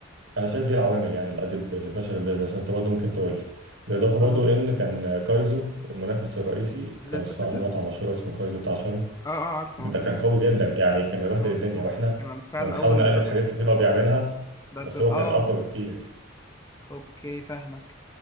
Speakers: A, on the right (about 80°); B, on the left (about 15°).
A: انا شايف دي العوامل يعني اللي ادت اللي فشل البيزنس انت برضو ممكن تقول لي بالاضافه برضو
B: اه
A: ان كان آه، كايزو المنافس الرئيسي
B: لسه
A: لو تسمع
B: فاتح
A: عنه مطعم مشهور أوي اسمه كايزو بتاع شارو
B: اه اه عارفه
A: ده
B: اه
A: كان قوي جدا يعني كان مبهدل
B: آه،
A: الدنيا
B: هو
A: واحنا
B: كان عند- فعلا
A: كنا بنحاول
B: اول
A: نقلد
B: ما فتح
A: حاجات كتير هو بيعملها
B: ضجر
A: بس هو كان
B: اه
A: اقوى بكتير
B: اوكي فاهمك